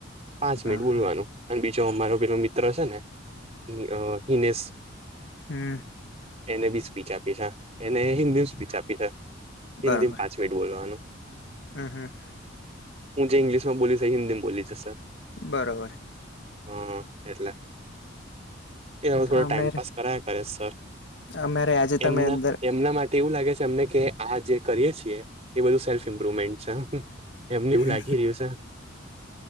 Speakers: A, on the right; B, on the left.
A: પાંચ
B: હા
A: મિનિટ બોલવાનું
B: હા
A: અને બીજો અમારો પેલો મિત્ર છે ને. ઈ અ હિનેસ.
B: હું.
A: એને બી સ્પીચ આપી છે એને હિન્દી સ્પીચ આપી છે હિન્દી
B: બરોબર
A: પાંચ મિનિટ બોલવાનું.
B: હમ હમ.
A: હું જે ઈગ્લિશમાં બોલીશ એ હન્દીમાં બોલ્યી છે સર
B: બરોબર!
A: હા એટલે એ હવે થોડો
B: અમેર
A: ટાઈમ પાસ કરાય કરે સર
B: અમારે આજે
A: એમના
B: તમે અંદર
A: એમના માટે એવું લાગે છે અમને કે આ જે કરીએે છીએ એ બધું સેલ્ફ ઇમ્પ્રુવમેન્ટ છે. હમ હમ એમને એવું
B: હમ
A: લાગી રહ્યું છે.